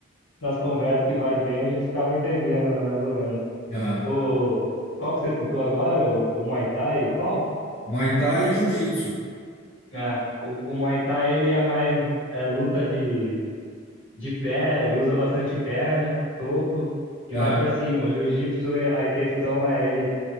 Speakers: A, on the left; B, on the left.
A: nas conversas que vai e vem, a gente acaba entendendo, né? Mais ou menos.
B: Aham.
A: O, qual que você citou agora? O, o Muay Thai? Qual?
B: Muay Thai e Jiu-Jitsu.
A: É, o, o Muay Thai, ele é mais é, luta de, de pé e usa bastante perna, soco e
B: Aham.
A: vai pra cima. O Jiu-Jitsu, é- a intenção é ele